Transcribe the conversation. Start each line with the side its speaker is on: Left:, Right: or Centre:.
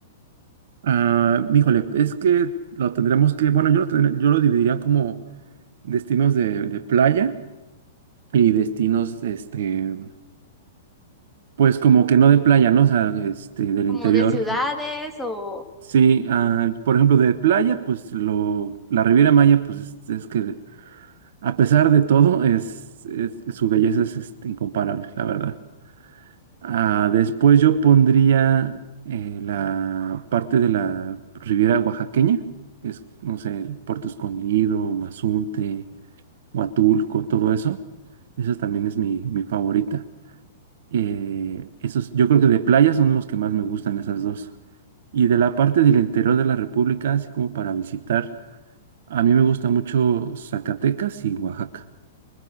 Right: Ah, híjole, es que lo tendremos que, bueno, yo lo, tendré- yo lo dividiría como destinos de, de playa y destinos, este, pues como que no de playa, ¿no? O sea, este, del
Centre: Como
Right: interior.
Centre: de ciudades o...
Right: Sí, ah, por ejemplo, de playa, pues lo, la Riviera Maya, pues es, es que a pesar de todo, es, es- su belleza es este, incomparable, la verdad. Ah, después yo pondría eh, la parte de la Riviera Oaxaqueña, que es, no sé, el Puerto Escondido, Mazunte, Huatulco, todo eso. Esa también es mi, mi favorita. Eh, esos, yo creo que de playa son los que más me gustan esas dos. Y de la parte del interior de la República, así como para visitar, a mí me gusta mucho Zacatecas y Oaxaca.